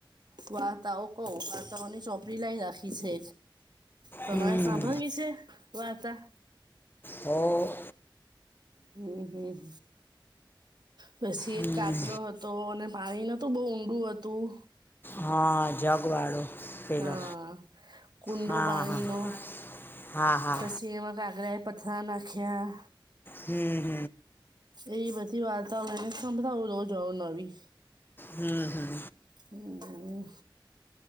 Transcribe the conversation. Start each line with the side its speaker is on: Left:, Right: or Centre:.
Right: વાર્તાઓ કો વાર્તાઓની ચોપડી લઈ રાખી છે. તમારે
Left: હમ
Right: સાંભળવી છે વાર્તા?
Left: હો
Right: હમ હમ પસી
Left: હમ
Right: એક કાગડો હતો અને પાણી નતુ બહુ ઊંડું હતું.
Left: હા જગવાળો પેલો
Right: હા કુંડો
Left: હા
Right: પાણીનો
Left: હા હા હા
Right: પસી જેમાં કાગડાએ પથ્થરા નાખ્યા.
Left: હમ હમ
Right: એ વાધી વાત એને સમભળું હું અવનવી
Left: હમ હમ.
Right: હમ હમ.